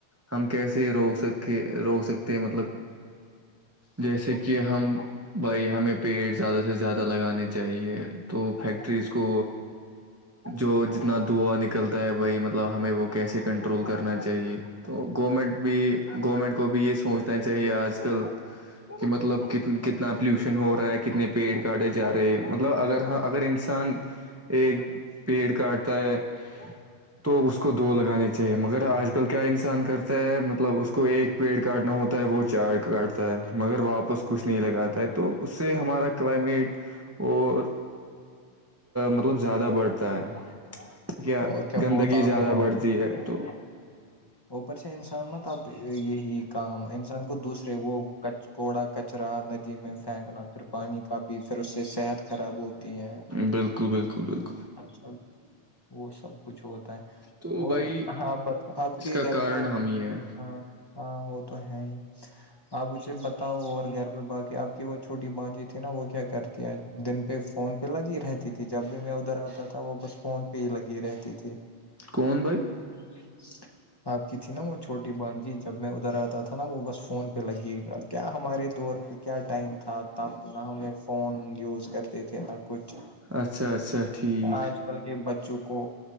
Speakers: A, on the right (about 20°); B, on the left (about 25°).
A: ہم کیسے روک سکے روک سکتے ہیں مطلب جیسے کہ ہم بھائی ہمیں پیڑ زیادہ سے زیادہ لگانے چاہیے تو فیکٹریز کو جو جتنا دوا نکلتا ہے بھائی مطلب ہمیں وہ کیسے کنٹرول کرنا چاہیے تو گورمنٹ بھی گورنمنٹ کو بھی یہ سوچنا چاہیے آج کل کہ مطلب کتنا پولوشن ہو رہا ہے کتنے پیڑ کاھے جا رہے ہیں مطلب اگر ہاں اگر انسان انسان ایک پیڑ کاٹتا ہے تو اس کو دو لگانے چاہیے مگر آج کل کیا انسان کرتا ہے مطلب اس کو ایک پیڑ کاٹنا ہوتا ہے وہ چار کاٹتا ہے مگر واپس کچھ نہیں لگاتا ہے تو اس سے ہمارا کلائمیٹ اور مطلب زیادہ بڑھتا ہے کیا
B: اور
A: گندگی
B: بہت آلودہ
A: زیادہ بڑھتی
B: ہو
A: ہے تو
B: اوپر سے انسان مطلب یہی کام کو دوسرے وہ کوڑا کچرا ندی میں پھینکنا پھر پانی کاپی پھر اس سے صحت خراب ہوتی ہیں
A: بالکل بالکل بالکل
B: اچھا وہ سب کچھ ہوتا ہے
A: تو
B: اور
A: بھائی
B: ہاں آپ
A: اس
B: کے
A: کا
B: گھر
A: کارن
B: میں وہ
A: ہم ہی ہے
B: ہاں ہاں وہ تو ہے ہی آپ اسے بتاؤ اور گھر پہ باقی آپ کی وہ چھوٹی بانجی تھی نا وہ کیا کرتے دن پہ فون پہ لگی رہتی تھی جب بھی میں ادھر آتا تھا وہ بس فون پی لگی رہتی تھی
A: کون بھائی
B: <inaudible> آپ کی تھی نا وہ چھوٹی بان جی جب میں ادھر آتا تھا نا وہ بس فون پہ لگی گا کیا ہمارے دور پہ کیا ٹائم تھا تب نہ ہمیں فون یوز کر تھے نہ کچھ
A: اچھا اچھا ٹھیک
B: آج کل کے بچوں کو